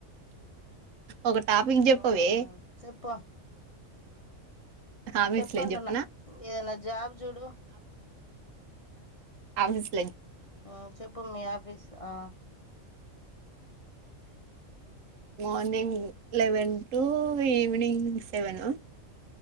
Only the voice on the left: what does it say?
ఉమ్ చెప్పు
చెప్పంటున్న
ఏదనా జాబ్ జూడు
ఉమ్ చెప్పు మీ ఆఫీస్ ఆ